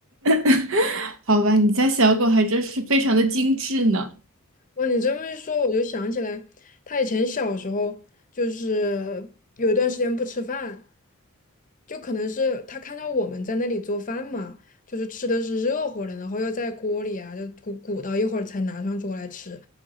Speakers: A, on the right (about 60°); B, on the left (about 35°).
A: <laughs> 好吧，你家小狗还真是非常的精致呢。
B: 哇，你这么一说，我就想起来，他以前小时候就是有一段时间不吃饭。就可能是他看到我们在那里做饭嘛，就是吃的是热乎的，然后又在锅里啊，就鼓鼓捣一会儿才拿上桌来吃。